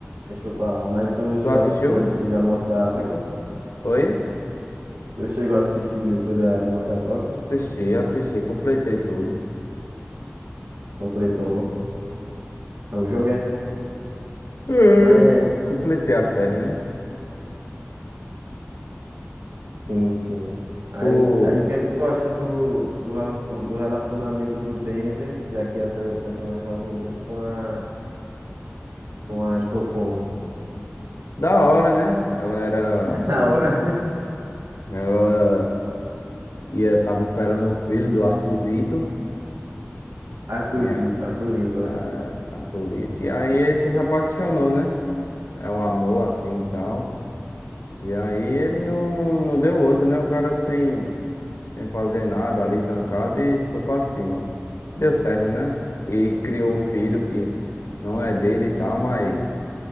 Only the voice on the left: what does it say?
Tu assistiu?
Foi?
Assisti, assisti, completei tudo.
É.
Completei a série, né?
Tu
Da hora, né? Ela era.
Ela ia, tava esperando o filho do Arthurzito,
né?
Ah,
Arthurzito. E aí ele se apaixonou, né? É um amor assim e tal. E aí ele não, não, não deu outra, né? O cara sem, sem fazer nada ali, trancado, e foi pra cima. Deu certo, né? E criou o filho que não é dele e tal, mas